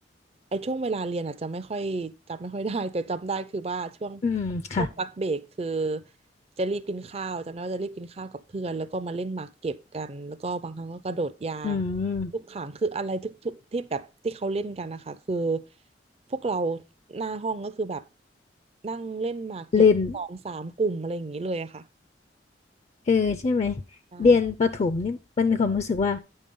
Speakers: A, on the right; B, on the left.
A: ไอ้ช่วงเวลาเรียนอาจจะไม่ค่อยจำไม่ค่อยได้ <laughs> แต่จำได้คือว่าช่วง
B: อืมค่ะ
A: ช่วงพักเบรกคือจะรีบกินข้าวจำได้ว่าจะรีบกินข้าวกับเพื่อนแล้วก็มาเล่นหมากเก็บกันแล้วก็บางครั้งก็กระโดดยาง
B: อืม
A: ลูกข่างคืออะไรทุกทุกที่แบบที่เขาเล่นกันนะคะคือพวกเราหน้าห้องก็คือแบบนั่งเล่นหมากเก็บสองสามกลุ่มอะไรอย่างนี้เลยอะค่ะ
B: เล่น เออใช่ไหม
A: ใช่
B: เรียนประถมนี่มันมีความรู้สึกว่า